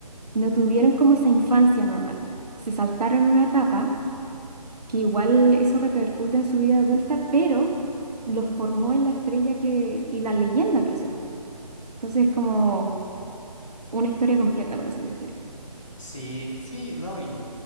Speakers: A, on the right; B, on the left.
A: no tuvieron como esa infancia normal, se saltaron una etapa que igual eso repercute en su vida adulta, pero los formó en la estrella que, y la leyenda que son. Entonces, como una historia completa, por así decirlo.
B: Sí, sí, no, y,